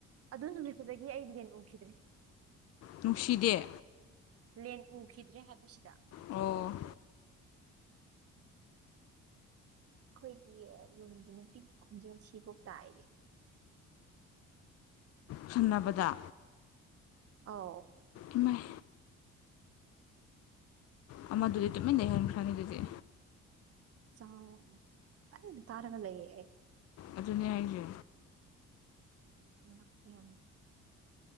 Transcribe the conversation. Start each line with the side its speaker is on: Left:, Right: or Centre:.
Right: ꯑꯗꯨ ꯅꯨꯃꯤꯠꯇꯨꯗꯒꯤ ꯑꯩ ꯂꯦꯡ ꯎꯈꯤꯗ꯭ꯔꯦ
Left: ꯅꯨꯡꯁꯤꯗꯦ
Right: ꯂꯦꯟ ꯎꯈꯤꯗ꯭ꯔꯦ ꯍꯥꯏꯕꯁꯤꯗ
Left: ꯑꯣ
Right: ꯑꯩꯈꯣꯏꯒꯤ ꯔꯨꯝꯒꯤ ꯅꯨꯄꯤꯛꯀꯤ ꯈꯣꯟꯖꯣꯦꯜꯁꯤꯐꯥꯎ ꯇꯥꯏꯌꯦ
Left: ꯈꯟꯅꯅꯕꯗ
Right: ꯑꯥꯎ
Left: ꯏꯃꯥꯏ ꯑꯃꯥ ꯑꯗꯨꯗꯤ ꯇꯃꯤ ꯂꯩꯍꯦꯟ ꯈꯅꯤ ꯑꯗꯨꯗꯤ
Right: ꯥꯎ ꯑꯔ ꯇꯥꯔꯒ ꯂꯩ
Left: ꯑꯗꯨꯅꯦ ꯍꯥꯏꯁꯦ
Right: ꯎ ꯍꯅꯤ